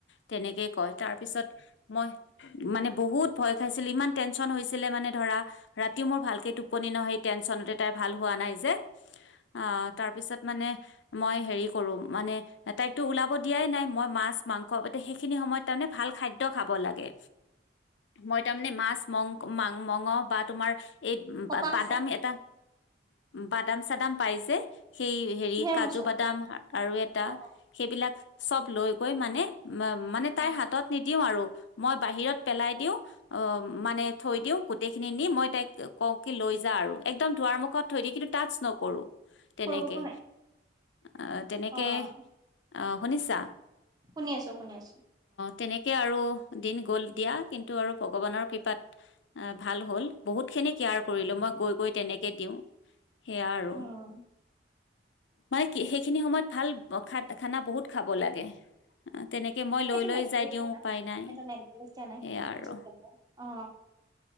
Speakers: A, on the left; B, on the right.
A: তেনেকেই কয় তাৰ পিছত মই মানে বহুত ভয় খাইছিলো ইমান টেনশচন হৈছিলে মানে ধৰ ৰাতি মোৰ ভালকে টোপনি নহয় সেই টেনচনতে তাই ভাল হোৱা নাই যে অ তাৰপিছত মানে মই হেৰি কৰোম মানে তাইকতো ওলাব দিয়াই নাই মই মাছ মাংস সেইখিনি সময়ত তাৰমানে ভাল খাদ্য খাব লাগে মই তাৰমানে মাছ মং মাং মঙ বা তোমাৰ এই
B: কপাহ
A: বাদাম
B: আছে
A: এটা বাদাম চাদাম পাই যে সেই হেৰি
B: কিহে
A: কাজু
B: মুছা
A: বাদাম আৰু এটা
B: অ', অ',
A: সেইবিলাক চব লৈ গৈ মানে মানে তাইৰ
B: অ',
A: হাতত নিদিওঁ আৰু মই বাহিৰত পেলাই দিওঁ অ মানে থৈ দিওঁ গোটেই খিনি নি মই তাই লৈ একম দাৰ মুখত থৈ দি কিন্তু টাছ নকৰো তেনেকে
B: সৰু কাপোৰ নাই
A: আহ তেনেকে
B: অ',
A: আহ শুনিছা
B: শুনি আছো শুনি আছো
A: তেনেকে আৰু দিন গ'ল দিয়া কিন্তু আৰু ভগৱানৰ কৃপাত ভাল হ'ল বহুত কেনে কেয়াৰ কৰিলো মই গৈ গৈ তেনেকে দিওঁ সেয়া আৰু
B: উম,
A: মানে সেইখিনি সময়ত ভাল খ খানা বহুত খাব লাগে তেনেকে মই লৈ
B: এটা
A: লৈ
B: নল
A: যাই
B: প্ছ
A: দিওঁ উপায় নাই
B: ন
A: সেয়া
B: প্
A: আৰু
B: অ